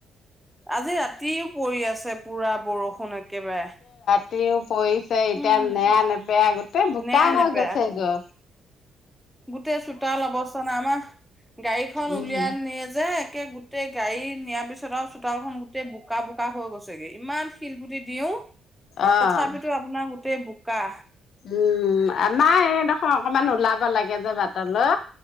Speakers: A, in the centre; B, on the left (about 65°).
A: আজি ৰাতিও পৰি আছে পুৰা বৰষুণ একেবাৰে
B: তে পৰিছে এতিয়া
A: উম
B: নেৰা নেপেৰা গোটেই বোকা
A: নেৰা
B: হৈ
A: নেপেৰা
B: গৈছে গ।
A: গোটেই চোতাল অৱস্থা নাই, আমাৰ গাড়ীখন
B: উম
A: উলিয়াই নিয়ে যে একে গোটেই গাড়ী নিয়াৰ পিছত <unintelligible> চুতালখন গোটেই বোকা বোকা হৈ গৈছেগে ইমান শিলগুটি দিও।
B: অ'
A: তথাপিতো আপোনাৰ গোটেই বোকা।
B: উম আমাৰ এই দেখোন অকমান ওলাব লাগে যে বাটলৈ।